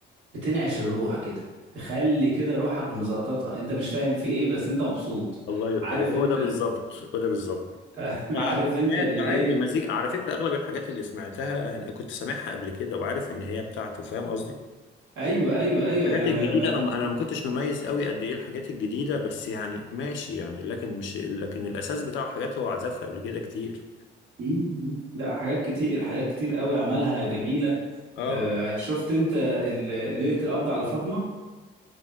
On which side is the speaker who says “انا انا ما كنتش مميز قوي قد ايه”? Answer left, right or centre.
Left